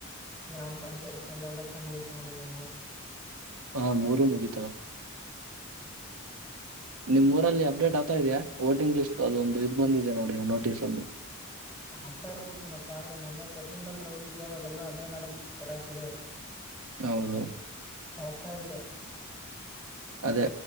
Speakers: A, in the centre; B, on the right (about 80°).
A: ಗ್ರಾಮ ಪಂಚಾಯತಿ ಎಲ್ಲ ಎಲೆಕ್ಷನ್ ಮುಗಿತ ನೋಡಿ ಒ ಮೂೂರು
B: ಹ ಮೂರು ಮುಗಿತಾ
A: ಹ್ಮ್
B: ನಿಮ್ ಊರಲ್ಲಿ ಅಪ್ಡೇಟ್ ಆಗ್ತಾ ಇದೆಯಾ ವೋಟಿಂಗ್ ಲಿಸ್ಟ್ ಅದೊಂದು ಇದದು್ ಬಂದಿದೆ ನೋಡಿ ನೋಟಿಸ್ ಒಂದು
A: ಆಗ್ತಾ ಇರ್ಬೇಕು ನಪ್ಪ ಆದ್ರೆ ಮೊನ್ನೆ ತಸಲ್ಲತ್ರ ಹೋಗಿದ್ದೆ ಅವಾಗಲ್ಲಾ ಅದೇ ನಡದ ಜರಾಗಕ್ ಸುಡೋದು
B: ಹೌದು
A: ಕಸ್ತಾ ಇದ್ರು
B: ಅದೇ